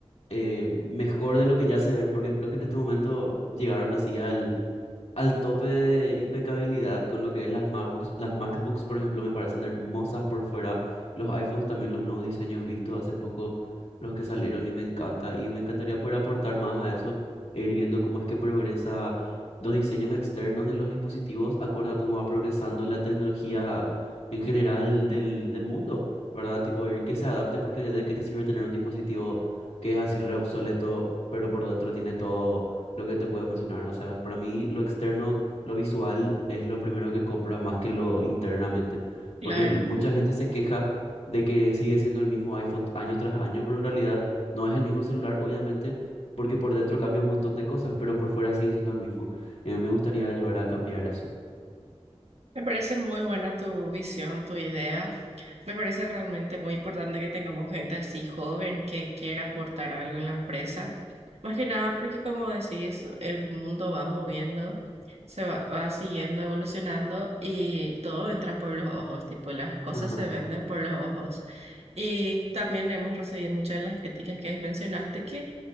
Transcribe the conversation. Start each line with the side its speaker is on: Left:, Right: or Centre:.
Left: eh, mejor de lo que ya se ven, porque creo que en este momento llegaron así al tope de impecabilidad con lo que es las MacBooks. Las MacBooks, por ejemplo, me parecen hermosas por fuera. Los iPhones también, los nuevos diseños vistos hace poco, los que salieron y me encanta. Y me encantaría poder aportar más a eso e ir viendo cómo es que progresa los diseños externos de los dispositivos, acorde a cómo va progresando la tecnología en general del, del mundo, ¿verdad? Tipo, ir que se adapte porque de qué te sirve tener un dispositivo que es así re obsoleto, pero por dentro tiene todo lo que te puede funcionar. O sea, para mí lo externo, lo visual es lo primero que compra más que lo internamente.
Right: Claro,
Left: Porque el- mucha gente se queja de que sigue siendo el mismo iPhone año tras año, pero en realidad no es el mismo celular, obviamente, porque por dentro cambia un montón de cosas, pero por fuera sigue siendo el mismo. Y a mí me gustaría ayudar a cambiar eso.
Right: me parece muy buena tu visión, tu idea. Me parece realmente muy importante que tengamos gente así joven que quiera aportar algo en la empresa. Más que nada porque como decís, el mundo va moviendo, se va, va siguiendo evolucionando y todo entra por los ojos, tipo las cosas
Left: Ajá.
Right: se venden por los ojos. Y también hemos recibido muchas de las críticas que mencionaste, que